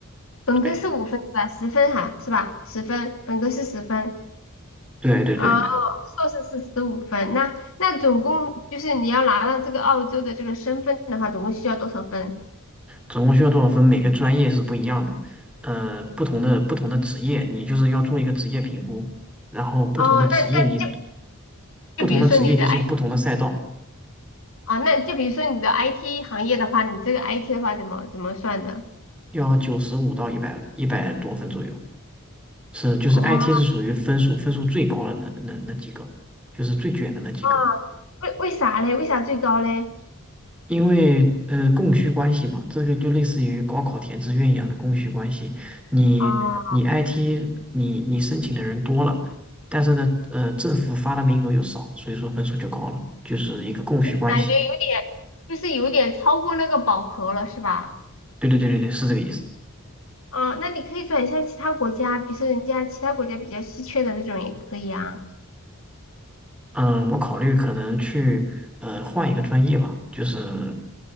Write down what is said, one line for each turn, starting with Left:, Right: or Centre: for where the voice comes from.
Left: 本科是五分是吧？
Centre: 对
Left: 十分哈是吧？十分，本科是十分。
Centre: 对对对，
Left: 哦，硕士是十五分。那那总共就是你要拿到这个澳洲的这个身份的话，总共需要多少分？
Centre: 总共需要多少分？每个专业是不一样的，呃，不同的不同的职业，你就是要做一个职业评估，然后不同的职业你
Left: 哦，那那就
Centre: 不同的职业就是不同的赛道，
Left: 就比如说你的。啊，那就比如说你的 IT 行业的话，你这个 IT 的话怎么怎么算的？
Centre: 要九十五到一百一百多分左右，是就是
Left: 哦，
Centre: IT 是属于分数分数最高的那那那几个。就是最卷的那几个。
Left: 啊为为啥嘞？为啥最高嘞？
Centre: 因为呃供需关系嘛，这个就类似于高考填志愿一样的供需关系。你你
Left: 哦，
Centre: IT 你你申请的人多了，但是呢，呃，政府发的名额又少，所以说分数就高了，就是一个供需关系。
Left: 感觉有点，就是有点超过那个饱和了，是吧？
Centre: 对对对对对，是这个意思。
Left: 嗯，那你可以转向其他国家，比如说人家其他国家比较稀缺的那种也可以啊。
Centre: 嗯，我考虑可能去呃换一个专业吧，就是